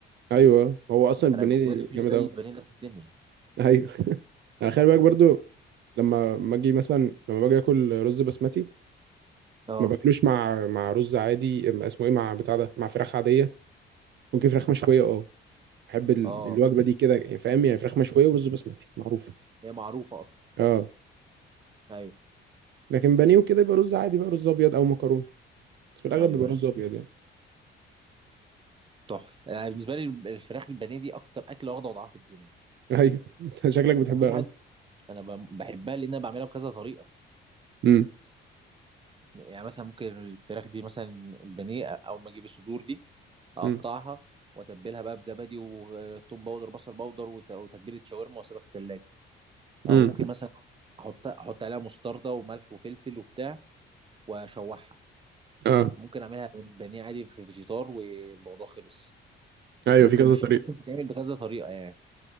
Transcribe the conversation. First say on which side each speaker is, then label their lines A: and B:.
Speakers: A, on the right; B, on the right.
A: أيوه هو أصلا البانيه
B: انا بالنسبه لي مفيش
A: جامد
B: زي
A: أوي
B: البانيه ده في الدنيا
A: <laughs> أيوه أنا خلي بالك برضه لما ما اجي مثلا لما باجي اكل رز بسمتي
B: اه
A: ما باكلوش مع مع رز عادي أم- اسمه ايه مع بتاع ده مع فراخ عاديه ممكن فراخ مشويه اه بحب ال-
B: اه
A: الوجبه دي كده فاهم يعني فراخ مشويه ورز بسمتي معروفه
B: هي معروفة اصلا
A: اه
B: ايوه
A: لكن بانيه وكده يبقى رز عادي بقى رز ابيض او مكرونه بس في الاغلب
B: ايوه
A: بيبقى رز
B: ايوه
A: ابيض يعني
B: تحفة يعني بالنسبة لي الفراخ البانيه دي اكتر اكلة واخدة وضعها في الدنيا
A: ايوه <laughs> أنت شكلك بتحبها
B: ومفيش
A: قوي
B: حد انا ب- بحبها لان انا بعملها بكذا طريقة
A: امم
B: يعني مثلا ممكن الفراخ دي مثلا البانيه او ما اجيب الصدور دي اقطعها
A: امم
B: واتبلها بقى بزبادي وثوم باودر بصل باودر وت- وتتبيلة شاورما واسيبها في التلاجة او
A: امم
B: ممكن مثلا احط احط عليها مستردة وملح وفلفل وبتاع واشوحها
A: اه
B: ممكن اعملها بانيه عادي في فيجيتار والموضوع خلص
A: ايوه
B: ممكن
A: في كذا
B: مش
A: طريقه
B: ممكن تتعمل بكذا طريقة يعني